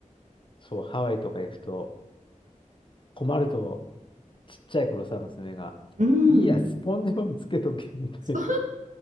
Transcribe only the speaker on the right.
うん。
スポンジ